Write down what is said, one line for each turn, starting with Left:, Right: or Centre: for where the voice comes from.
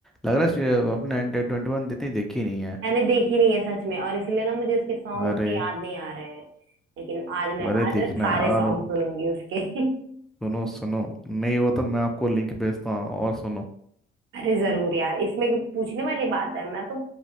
Centre: लग रहा है श्रेया अपने 1921 इतनी देखी नहीं है
Right: मैंने देखी नहीं है सच में और इसीलिए ना मुझे उसके सॉन्ग
Centre: अरे
Right: उतने याद नहीं आ रहे हैं लेकिन आज मैं
Centre: अरे
Right: आज
Centre: देखना
Right: मैं सारे
Centre: यार
Right: सॉन्ग
Centre: अब
Right: सुनूंगी उसके <laughs>
Centre: सुनो सुनो नहीं हो तो मैं आपको लिंक भेजता हूँ और सुनो
Right: अरे जरूर यार इसमें क्यों- पूछने वाली बात है मैं तो